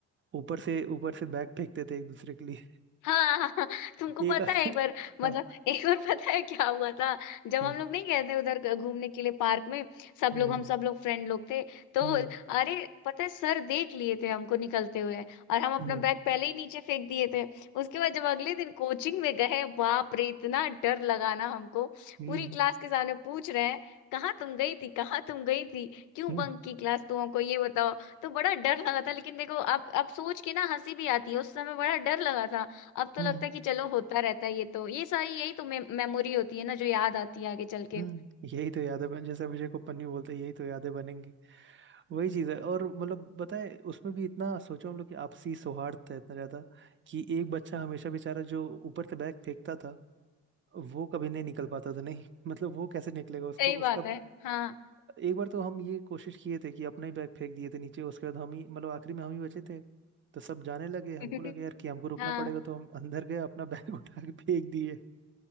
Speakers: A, on the right; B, on the left.
A: ऊपर से ऊपर से बैग फेंकते थे एक दूसरे के लिए
B: हाँ हाँ हाँ, तुमको
A: <laughs> एक
B: पता
A: <laughs>
B: है एक बार
A: हाँ
B: मतलब एक बार पता है क्या हुआ था जब
A: हम्म
B: हम लोग नहीं गए थे उधर ग- घूमने के लिए पार्क में सब
A: हम्म
B: लोग हम सब लोग फ्रेंड लोग थे तो
A: हम्म
B: अरे पता है सर देख लिए थे हमको निकलते हुए और हम अपना
A: हम्म
B: बैग पहले ही नीचे फेंक दिए थे उसके बाद जब अगले दिन कोचिंग में गए बाप रे इतना डर लगा ना हमको
A: हम्म
B: पूरी क्लास के सामने पूछ रहे हैं कहाँ तुम गई थी कहाँ तुम गई थी क्यों
A: हम्म
B: बंक की क्लास तुम हमको ये बताओ तो बड़ा डर लगा था लेकिन देखो अब अब सोच के ना हंसी भी आती है उस समय बड़ा डर लगा था अब तो
A: हम्म,
B: लगता है कि चलो होता रहता है ये तो ये सारी यही तो मे मेमोरी होती है ना जो याद आती है आगे चल के
A: हम्म यही तो यादें बन जैसे अभिषेक को पन्नी बोलते हैं यही तो यादें बनेंगी वही चीज है और मतलब बताए उसमें भी इतना सोचो हम लोग कि आपसी सौहार्द था इतना ज्यादा कि एक बच्चा हमेशा बेचारा जो ऊपर से बैग फेंकता था वो कभी नहीं निकल पाता था नहीं <laughs> मतलब वो कैसे निकलेगा उसको
B: सही बात
A: उसका
B: है हाँ
A: एक बार तो हम ये कोशिश किए थे कि अपना ही बैग फेंक दिए थे नीचे उसके बाद हम ही मतलब आखिरी में हम ही बचे थे तो सब जाने लगे हमको
B: <laughs>
A: लगे यार कि हमको रुकना
B: हाँ
A: पड़ेगा तो हम अंदर गए अपना बैग <laughs> उठा के फेंक दिए